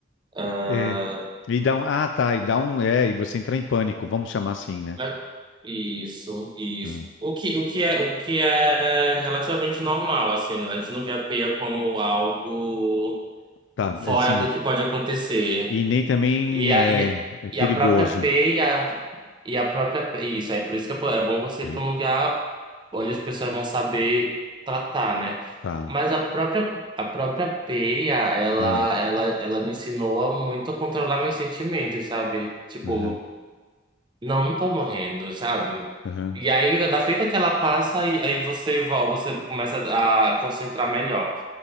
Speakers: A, on the right; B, on the left.
A: Ah,
B: É. E dá um, ah, tá. E dá um, é. E você entra em pânico. Vamos chamar assim, né?
A: é- isso, isso.
B: Ah,
A: O que, o que é, o que é relativamente normal, assim, né? A gente não vê a peia como algo
B: tá.
A: fora
B: é Assim.
A: do que pode acontecer.
B: E nem também
A: E a,
B: é,
A: e, a-
B: é
A: e
B: perigoso.
A: a própria peia. E a própria. pe- Isso, aí por isso que é po- é bom você
B: Ah,
A: ir para um lugar onde as pessoas vão saber tratar, né?
B: tá.
A: Mas a própria, a própria peia, ela,
B: Ah,
A: ela, ela me ensinou a muito a controlar meus sentimentos, sabe? Tipo,
B: Aham.
A: não, não tô morrendo, sabe?
B: Aham.
A: E aí, da feita que ela passa, aí, aí você, vol- você começa a concentrar melhor.